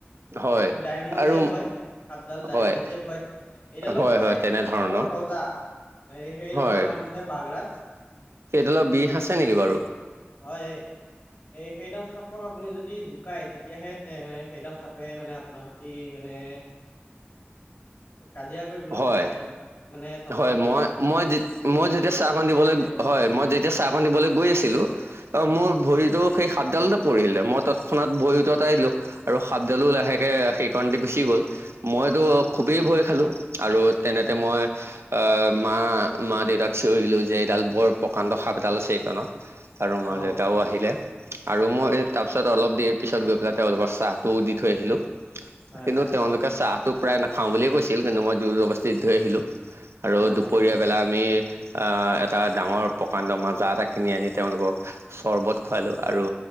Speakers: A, on the right (about 80°); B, on the left (about 55°).
A: হয়
B: এইটো ডায়মণ্ড
A: আৰু
B: চেভ হয় সাপডাল ডায়মণ্ড
A: হয়
B: চেভ হয়। এইডালক
A: হয়
B: কয়
A: হয় তেনেধৰণৰ
B: সাপৰ ৰজা এই সেইডালৰ
A: হয়
B: নাম হৈছে বাঘৰাজ।
A: সেইডালৰ বিষ আছে নেকি বাৰু
B: হয় এই সেই সেইডাল সাপক আপুনি যদি জোকাই তেতিয়াহে তে মানে সেইডাল সাপে মানে আপোনাৰ সতি মানে <inaudible> কাজিয়া কৰিবলৈ
A: হয়
B: বিচাৰে বা মানে তকৰ
A: হয়
B: কৰিব
A: মই মই যে
B: আপুনি
A: মই
B: যদি
A: যেতিয়া
B: দিষ্ট্ৰব
A: চাহকণ
B: নিদিয়ে
A: দিবলৈ
B: একো
A: হয়
B: নাই
A: মই যেতিয়া চাহকণ দিবলৈ গৈ আছিলো ত
B: হয়
A: মোৰ ভৰিতো সেই সাতডালতে পৰিলে ম তৎক্ষণাত ভৰি অতাই দিলো আৰু সাপডালো
B: হয়
A: লাহেকে সেইকন দি গুচি গ'ল মইতো
B: হয়
A: খুবেই ভয় খালো আৰু তেনেতে
B: হয় হয়
A: মই আহ মা মা দেউতাক চিঞৰিলো যে এইডাল বৰ প্ৰকাণ্ড সাপ এডাল আছে এইকণত আৰু মা
B: অ
A: দেউতাও আহিলে আৰু মই তাৰ পিছত অলপ দেৰি পিছত গৈ পেলাই তেওঁলোকৰ চাহটোও দি থৈ আহিলো
B: হয়
A: কিন্তু
B: হয়
A: তেওঁলোকে চাহটো প্ৰায় নাখাও বুলিয়ে কৈছিল কিন্তু মই জোৰ জৱস্থি দি থৈ আহিলো আৰু
B: হয়
A: দুপৰীয়াবেলা
B: ভালেই কৰিছে
A: আমি আ এটা ডাঙৰ প্ৰকাণ্ডৰ মাজা এটা কিনি আনি তেওঁলোকক চৰ্বত খোৱালোঁ আৰু